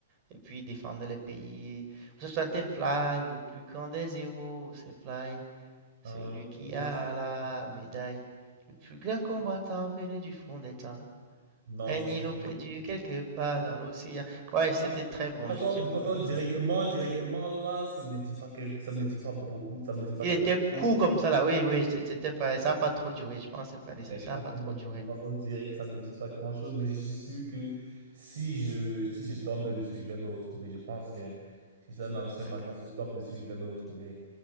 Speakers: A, on the right; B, on the right.
A: et puis il défendait le pays. On se sentait Fly, le plus grand des héros, c'est Fly, celui
B: Euh,
A: qui
B: euh,
A: a la médaille. Le plus grand combattant venu du fond des temps.
B: non,
A: Un
B: ça
A: îlot
B: me-
A: perdu quelque part dans l'océan. Ouais, c'était
B: pas-
A: très bon,
B: de façon,
A: j'ai j'ai
B: de
A: beaucoup
B: façon
A: aimé
B: directement,
A: ça.
B: directement là, ça me dit pas quel- ça me dit pas beaucoup, ça me dit pas
A: Il
B: grand-chose.
A: était court comme ça là, oui, oui, c'est- c'était pas, ça a pas trop duré, je pense, c'est pas un dessin,
B: Et
A: ça
B: de façon,
A: a pas trop
B: comme-
A: duré.
B: de façon directe, ça me dit pas grand-chose, mais je suis sûr que si je, si je tombe dessus, je vais me retrouver. Je pense bien. Si c'est un ancien
A: D'accord.
B: manga, si je tombe dessus, je vais me retrouver.